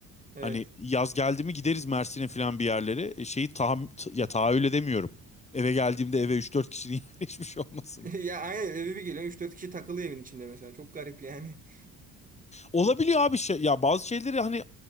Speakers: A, on the right (about 20°); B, on the left (about 15°).
A: evet.
B: Hani yaz geldi mi gideriz Mersin'e falan bir yerlere. E, Şeyi tahamm t- ya tahayyül edemiyorum. Eve geldiğimde
A: Yani.
B: eve üç dört kişinin <laughs> yerleşmiş olmasını.
A: <laughs> Ya aynen eve bir geliyorsun üç dört kişi takılıyor evin içinde mesela. Çok garip yani. <laughs>
B: Olabiliyor abi şey, ya bazı şeyleri hani